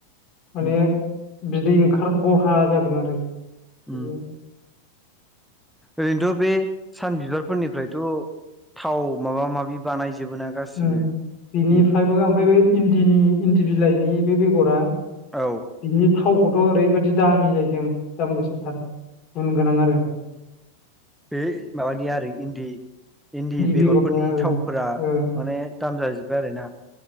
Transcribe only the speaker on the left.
माने
बिदै ओंखार बरहा जागोन आरो। बियो
उम बिनिफ्रायबो
ओमफ्राय बै इन्दिनि इन्दि बिलाइनि बे बेगरा
बिनि थावखौथ' ओरैबायदि दामि जाहैदों दाम गोसाथार गुन गोनां आरो।
बेगरनिया ओ
ओ